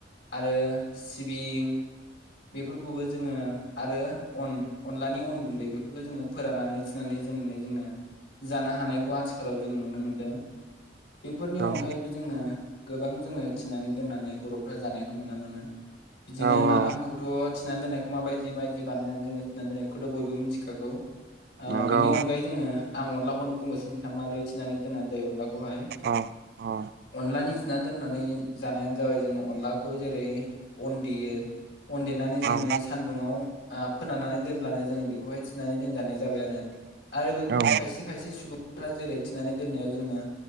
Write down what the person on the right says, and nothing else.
नंगौ
औ औ
नंगौ
औ औ
औ
नंगौ औ